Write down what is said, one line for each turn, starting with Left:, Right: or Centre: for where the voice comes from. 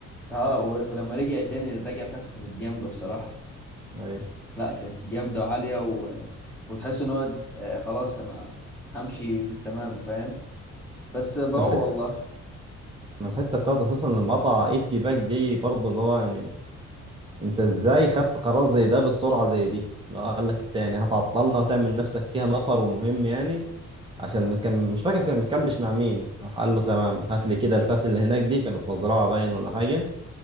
Centre: اه و- ولما رجع تاني الرجعه بتاعته كانت جامده بصراحه
Right: اي
Centre: لا كانت جامده وعاليه و... وتحس ان هو آه، خلاص انا همشي في التمام فاهم بس باعوه
Right: الحته
Centre: والله
Right: ما الحته بتاعته اساسا لما قطع ايتي باك دي برضه اللي هو يعني انت ازاي خدت قرار زي ده بالسرعه زي دي اللي هو قال لك انت يعني هتعطلنا وتعمل نفسك فيها نفر ومهم يعني عشان كان مش فاكر كان متكلبش مع مين راح قال له تمام هات لي كده الفاس اللي هناك دي كانوا في مزرعه باين ولا حاجه